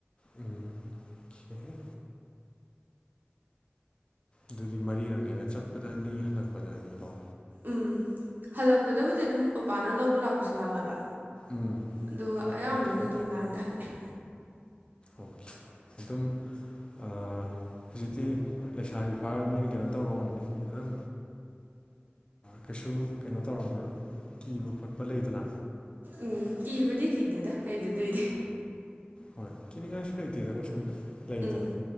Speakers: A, on the left; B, on the right.
A: ꯎꯝꯦ ꯑꯗꯨꯗꯤ ꯃꯔꯤꯔꯛꯅꯤꯅ ꯆꯠꯄꯗ ꯑꯅꯤ ꯍꯜꯂꯛꯄꯗ ꯑꯅꯤꯗꯣ
B: ꯎꯝ ꯍꯜꯂꯛꯄꯗꯕꯨꯗꯤ ꯑꯗꯨꯝ ꯄꯄꯥꯅ ꯂꯧꯕ ꯂꯥꯛꯄꯁꯨ ꯌꯥꯎꯋꯦꯕ
A: ꯎꯝ
B: ꯑꯗꯨꯒ ꯑꯌꯥꯝꯕꯅ
A: ꯑꯣꯀꯦ
B: ꯑꯗꯨꯝ ꯂꯥꯏꯟꯗ ꯍꯜꯂꯛꯑꯦ
A: ꯑꯣꯀꯦ ꯑꯗꯨꯝ ꯍꯧꯖꯤꯛꯇꯤ ꯂꯩꯁꯥꯕꯤ ꯐꯥꯔꯕꯅꯤꯅ ꯀꯩꯅꯣ ꯇꯧ ꯉꯝꯃꯕꯅꯤ ꯑꯗꯨꯝ ꯀꯩꯁꯨ ꯀꯩꯅꯣ ꯇꯧꯔꯝꯃꯔꯣꯏ ꯀꯤꯕ ꯈꯣꯠꯄ ꯂꯩꯗꯅ
B: ꯎꯝ ꯀꯤꯕꯗꯤ ꯀꯤꯗꯦꯗ ꯑꯩꯗꯨ ꯑꯗꯨꯏꯗꯤ
A: ꯍ ꯅꯤꯡꯥꯏꯇꯗꯀꯁꯨꯝ ꯂꯩꯇꯅ
B: ꯎꯝ